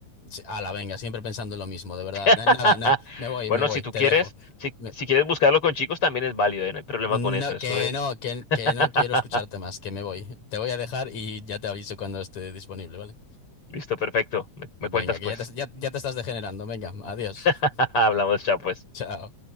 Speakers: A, on the left (about 65°); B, on the left (about 45°).
A: Sí, Ala, venga, siempre pensando en lo mismo, de verdad.
B: <laughs>
A: Na- Nada, no, me voy,
B: Bueno,
A: me voy,
B: si tú
A: te
B: quieres,
A: dejo.
B: si,
A: Me-
B: si quieres buscarlo con chicos, también es válido, ¿eh? No hay problema
A: No,
B: con eso, eso
A: que
B: es.
A: no, que,
B: <laughs>
A: que no quiero escucharte más, que me voy. Te voy a dejar y ya te aviso cuando esté disponible, ¿vale?
B: Listo, perfecto. Me, me cuentas
A: Venga, que
B: pues.
A: ya te, ya, ya te estás degenerando, venga, adiós.
B: <laughs>
A: <laughs>
B: Hablamos, chao pues.
A: Chao.